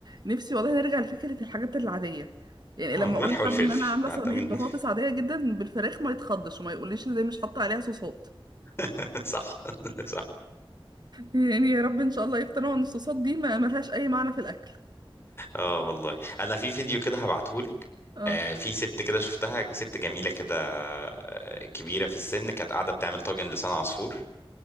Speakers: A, on the right; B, on the left.
A: نفسي والله نرجع لفكره الحاجات العاديه يعني
B: اه
A: لما
B: الملح
A: اقول لحد
B: والفلفل
A: ان انا عامله
B: نعتمد
A: صينيه بطاطس عاديه جدا بالفراخ ما يتخضش وما يقوليش ازاي مش حاطه عليها صوصات
B: <laughs> صح صح
A: يعني يا رب ان شاء الله يقتنعوا ان الصوصات دي ما ملهاش اي معنى في الاكل
B: اه والله انا في فيديو كده هبعتهولك
A: اه
B: آه في ست كده شفتها ست جميله كده آه، كبيره في السن كانت قاعده بتعمل طاجن لسان عصفور